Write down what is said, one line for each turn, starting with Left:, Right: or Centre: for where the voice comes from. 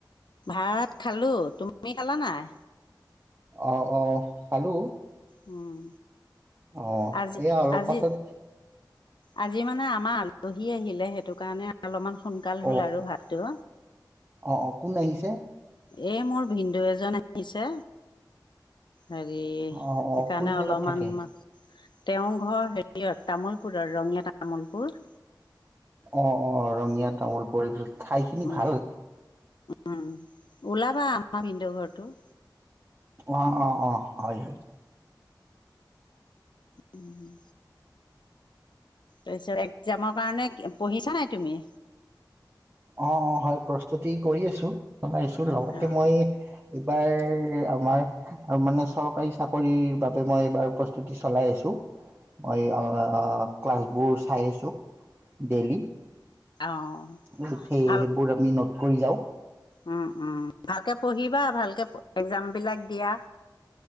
Left: ভাত খালো তুমি খালা নাই?
Right: অ অ খালো।
Left: উম।
Right: অ
Left: আজি
Right: এয়া অলপ
Left: আজি
Right: পাছত।
Left: আজি মানে আমাৰ আলহী আহিলে সেইটো কাৰণে অলপমান। সোনকাল হ'ল
Right: অ'
Left: আৰু ভাতটো
Right: অ অ কোন আহিছে
Left: এই মোৰ ভিনন্দ এজন আহিছে। হেৰি সেইকাৰণে
Right: অ' অ' কোন জেগাত
Left: অলপমান
Right: থাকে?
Left: তেওঁ ঘৰ হেৰিয়ত তামোলপুৰৰ ৰঙীয়া তামোলপুৰ
Right: অ অ ৰঙীয়া তামোল পৰি ঠাইখিনি
Left: উম,
Right: ভাল
Left: উম ওলাবা আমাৰ ভিন্দেও ঘৰটো
Right: অঁ অঁ অঁ হয়। হয়
Left: উম। তাৰপিছত একজামৰ কাৰণে পঢ়িছা নাই তুমি
Right: অ অ হয় প্ৰস্তুতি কৰি আছো। জনাইছো লগতে
Left: অঁ
Right: মই এইবাৰ আমাৰ মানে চৰকাৰী চাকৰিৰ বাবে মই এইবাৰ প্ৰস্তুতি চলাই আছোঁ মই ক্লাছবোৰ চাই আছোঁ ডেইলি।
Left: অঁ
Right: সেই সেইবোৰ
Left: ভাল
Right: আমি নত কৰি যাওঁ
Left: উম উ ভালকে পঢ়িবা ভালকে একজাম বিলাক দিয়া